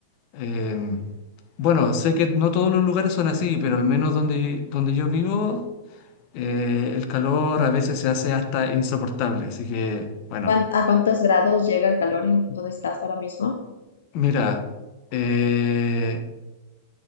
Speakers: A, on the left; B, on the left.
A: em, bueno, sé que no todos los lugares son así, pero al menos donde, donde yo vivo, eh, el calor a veces se hace hasta insoportable. Así que, bueno.
B: ¿Cuán- ¿A cuántos grados llega el calor en donde estás ahora mismo?
A: Mira, eh,